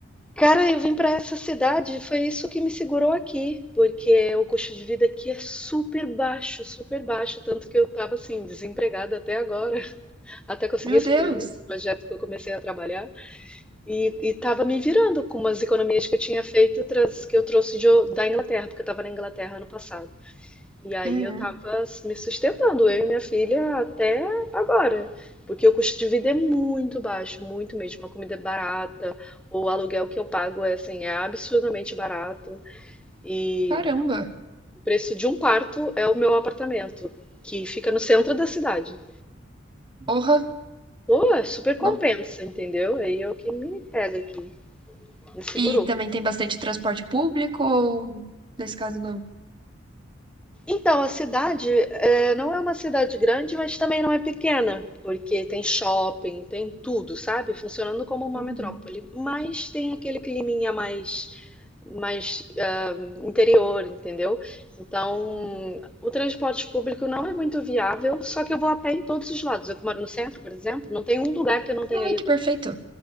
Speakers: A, in the centre; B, on the right.
A: Cara, eu vim para essa cidade, foi isso que me segurou aqui, porque o custo de vida aqui é super baixo, super baixo, tanto que eu tava assim desempregada até agora, <laughs> até conseguir
B: Meu
A: esse
B: Deus!
A: proje- projeto que eu comecei a trabalhar. E estava me virando com umas economias que eu tinha feito, traz- que eu trouxe de o- da Inglaterra, porque eu estava na Inglaterra ano passado. E aí
B: Uhum.
A: eu estava me sustentando, eu e minha filha, até agora. Porque o custo de vida é muito baixo, muito mesmo. A comida é barata, o aluguel que eu pago é, assim, é absurdamente barato. E
B: Caramba!
A: o preço de um quarto é o meu apartamento, que fica no centro da cidade.
B: Porra!
A: Pô, é super compensa,
B: Não.
A: entendeu? Aí é o que me pega aqui, me segurou.
B: E também tem bastante transporte público ou, nesse caso, não?
A: Então, a cidade, eh, não é uma cidade grande, mas também não é pequena, porque tem shopping, tem tudo, sabe? Funcionando como uma
B: Uhum.
A: metrópole. Mas tem aquele climinha mais, mais ah, interior, entendeu? Então, o transporte público não é muito viável, só que eu vou a pé em todos os lados. Eu que moro no centro, por exemplo, não tem um lugar que eu não tenha
B: Ai,
A: ido.
B: que perfeito!